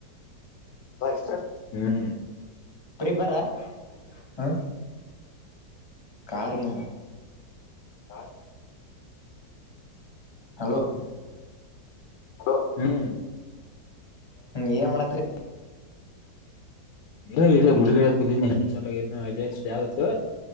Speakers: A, on the left; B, on the left.
A: ಹಾಗಕ ಹ್ಮ್
B: ಪ್ರೀಪರ ಹ ಕಾರ್ಯಮ
A: ಹಾ
B: ಹಲೋ
A: ಹಲೋ ಹ್ಮ್
B: ಹ್ಮ್ ಏನ್ ಮಾಡತ್ರಿ
A: ಇ ಇಲ್ಲ ಗುಡಿ ಕುದ ಹಣ್ಣಿ ಚಲತ್ತು